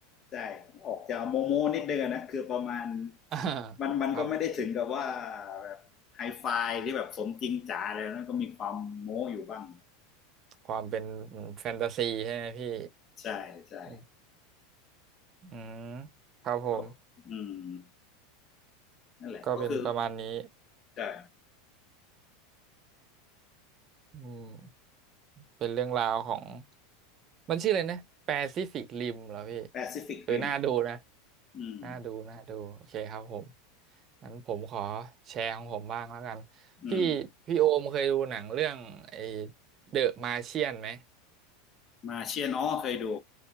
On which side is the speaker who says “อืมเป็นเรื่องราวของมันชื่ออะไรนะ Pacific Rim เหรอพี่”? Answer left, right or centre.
Right